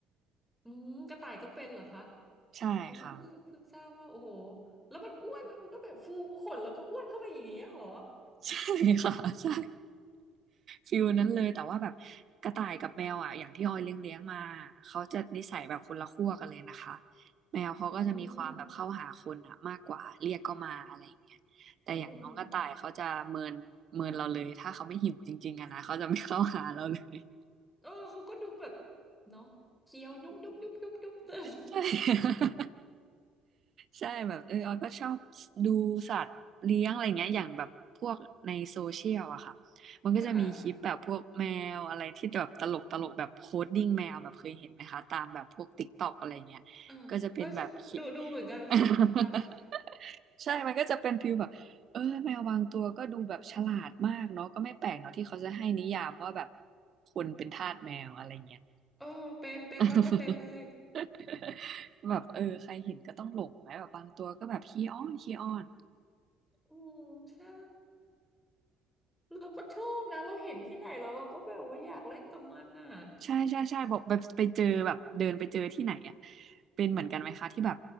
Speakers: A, in the centre; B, on the right (about 45°).
A: อืมกระต่ายก็เป็นเหรอคะ
B: ใช่ค่ะ
A: เอาเพิ่งเพิ่งเพิ่งทราบว่าโอ้โหแล้วมันอ้วนมันก็แบบฟูขนแล้วก็อ้วนเข้าไปอย่างเงี้ยเหรอ
B: ใช่ <laughs> ค่ะใช่ฟิลนั้นเลยแต่ว่าแบบกระต่ายกับแมวอ่ะอย่างที่ออยเลี้ยงเลี้ยงมาเขาจะนิสัยแบบคนละขั้วกันเลยนะคะแมวเขาก็จะมีความแบบเข้าหาคนอ่ะมากกว่าเรียกก็มาอะไรอย่างเงี้ยแต่อย่างน้องกระต่ายเขาจะเมินเมินเราเลยถ้าเขาไม่หิวจริงๆอะนะเขาจะไม่เข้าหาเราเลย
A: อืมอืมอืมอืม
B: <laughs>
A: เออเขาก็ดูแบบเนาะเคี้ยวยุบยุบยุบยุบยุบเตือน
B: ใช่ ใช่แบบเออออยก็ชอบดูสัตว์เลี้ยงอะไรเงี้ยอย่างแบบพวกในโซเชียลอะค่ะมันก็จะมีคลิปแบบพวกแมวอะไรที่แบบตลกตลกแบบโคดดิ้งแมวแบบเคยเห็นไหมคะตามแบบพวกติ๊กต็อกอะไรเงี้ยก็จะเป็นแบบคลิป
A: ค่ะอ่าเออดูดูเหมือนกันค่ะค่ะ
B: <laughs> ใช่มันก็จะเป็นฟิลแบบเออแมวบางตัวก็ดูแบบฉลาดมากเนาะก็ไม่แปลกเนาะที่เขาจะให้นิยามว่าแบบคนเป็นทาสแมวอะไรเงี้ย
A: โอ้เป็นเป็นร้อยเปอร์เซ็นต์เลย
B: <laughs> <laughs> แบบเออใครเห็นก็ต้องหลงไหมแบบบางตัวก็แบบขี้อ้อนขี้อ้อน
A: อืมใช่ เราก็ชอบนะเราเห็นที่ไหนแล้วเราก็แบบว่าอยากเล่นกับมันอ่ะ
B: ใช่ใช่ใช่บอกแบบไปเจอแบบเดินไปเจอที่ไหนอ่ะเป็นเหมือนกันไหมคะที่แบบ